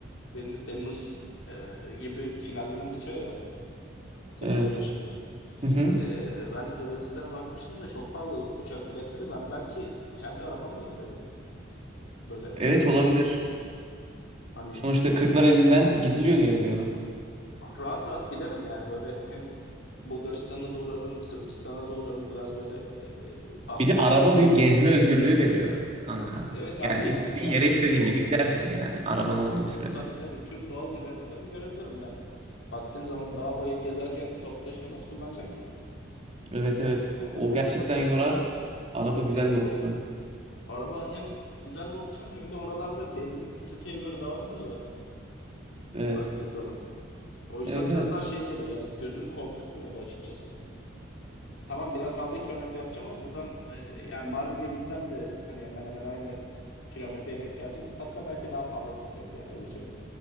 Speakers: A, on the left (about 75°); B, on the right (about 35°).
A: Benim de Temmuz e, gibi finallerim bitiyor ya. Temmuz'un
B: Evet.
A: başında.
B: Hı hı.
A: E, ben de Hırvatistan'a bakmıştım da çok pahalı uçak biletleri. Ben belki kendi arabamla giderim. Böyle e,
B: Evet olabilir.
A: hani
B: Sonuçta kırklar elinden gidiliyor diye biliyorum.
A: rahat rahat giderim yani böyle hem Bulgaristan'a da uğrarım, Sırbistan'a da uğrarım. Biraz böyle e, patrondan
B: Bir de araba
A: da izin
B: bir
A: almam.
B: gezme özgürlüğü veriyor kanka.
A: Evet abi
B: Yani istediğin
A: yani kendi
B: yere istediğin gibi gidersin yani araban olduğu sürece.
A: Tabii tabii tüm doğal güzelliklerini görebilirim yani. Baktığın zaman dağ bayır gezerken top taşıma nasıl kullanacaksın ki?
B: Evet evet.
A: Anladın
B: O gerçekten
A: mı? O yüzden
B: yorar. Araba güzel
A: e,
B: bir opsiyon.
A: araba hem güzel bir opsiyon hem de oralarda benzin Türkiye'ye göre daha ucuz ya
B: Evet.
A: baktığın zaman. O yüzden
B: Evet
A: biraz
B: evet.
A: daha şey geliyor ya gözümü korkutmuyordu açıkçası. Tamam biraz fazla kilometre yapacağım ama buradan e, yani Mardin'e gitsem de hani hemen hemen aynı kilometreye denk gelecek. Hatta belki daha pahalıya tutacak yani öyle söyleyeyim.